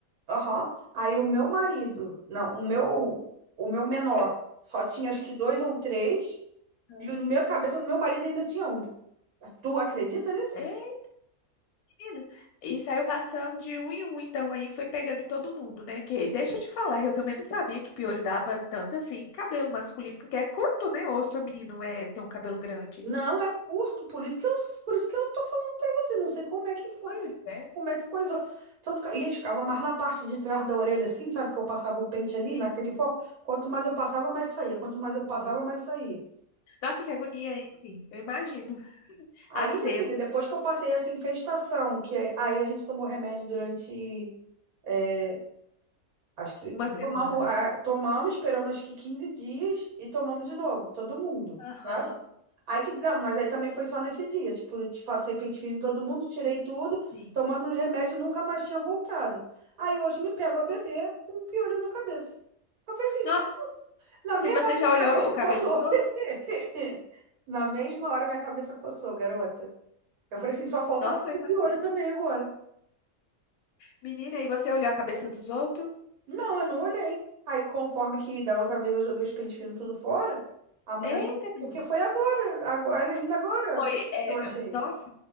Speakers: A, on the right; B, on the left.
A: Aham. Aí o meu marido, não, o meu, o meu menor,
B: Eu-
A: só tinha acho que dois ou três,
B: Aham.
A: e no meu cabeça do meu marido ainda tinha um. Tu acredita nisso?
B: É, menina. E saiu passando de um em um, então aí foi pegando em todo mundo, né? Que, deixa eu te falar, eu também não sabia que piolho dava tanto assim em cabelo masculino, porque é curto, né? Ou seu menino é, tem um cabelo grande.
A: Não, é curto, por isso que eu, por isso que eu tô falando pra você, não sei como é que foi,
B: Pois é.
A: como é que coisou. Tanto, que- e eles ficavam mais na parte de trás da orelha, assim, sabe, que eu passava o pente ali,
B: Sim,
A: naquele foco. Quanto mais eu passava, mais saía, quanto mais eu passava,
B: sim.
A: mais saía.
B: Nossa, que agonia, hein? Eu imagino.
A: Aí,
B: A cena,
A: minha filha, depois que eu passei essa infestação, que aí aí a gente tomou remédio durante, é, acho que
B: uma semana.
A: tomamos, a- tomamos, esperamos acho que 15 dias e tomamos de novo, todo mundo,
B: Aham.
A: sabe? Aí que não, mas aí também foi só nesse dia, tipo, eu te passei pente fino em todo mundo, tirei tudo,
B: Sim.
A: tomamos os remédios, nunca mais tinha voltado. Aí hoje me pego a beber com um piolho na cabeça. Eu falei assim, "Isso-
B: Nossa,
A: na mesma
B: e você
A: hora
B: já
A: minha
B: olhou
A: cabeça
B: o cabelo
A: coçou.
B: dos
A: <laughs>
B: outros?
A: Na mesma hora minha cabeça coçou, garota. Eu falei assim, só falta
B: Nossa,
A: tu
B: eu imagino.
A: de olho também agora.
B: Menina, e você olhou a cabeça dos outros?
A: Não, eu não olhei. Aí, conforme que da outra vez eu joguei os pente fino tudo fora, amanhã
B: Eita,
A: eu jogo...
B: menina.
A: Porque foi agora, agora, ainda agora
B: Foi,
A: que
B: é,
A: eu achei.
B: nossa.